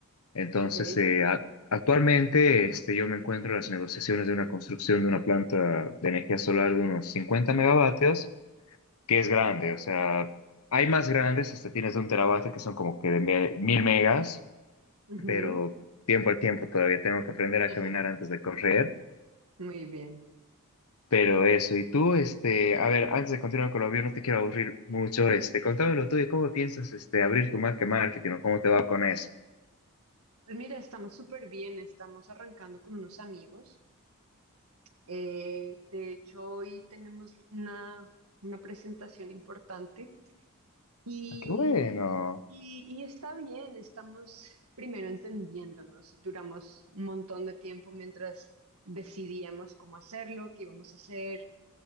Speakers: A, on the left; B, on the right.
A: Entonces,
B: ok.
A: eh, a- actualmente este, yo me encuentro en las negociaciones de una construcción de una planta de energía solar de unos 50 megavatios que es grande, o sea, hay más grandes, hasta tienes de un terabyte que son como que de me- mil megas,
B: Ujú.
A: pero tiempo al tiempo todavía tengo que aprender a
B: <laughs>
A: caminar antes de correr,
B: Muy bien.
A: pero eso, y tú, este, a ver, antes de continuar con lo mío, no te quiero aburrir mucho, este, contame lo tuyo, ¿cómo piensas, este, abrir tu marca de marketing o cómo te va con eso?
B: Pues mira, estamos súper bien, estamos arrancando con unos amigos. Eh, de hecho, hoy tenemos una, una presentación importante y,
A: Ah, qué bueno,
B: y, y está bien, estamos primero entendiéndonos. Duramos un montón de tiempo mientras decidíamos cómo hacerlo, qué íbamos a hacer.